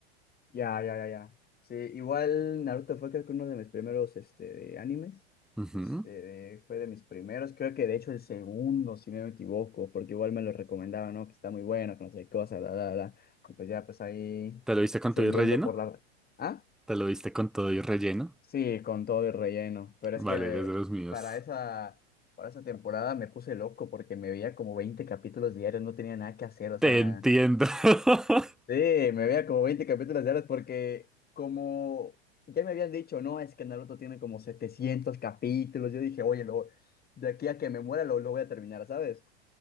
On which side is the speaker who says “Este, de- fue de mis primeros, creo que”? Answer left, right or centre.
Left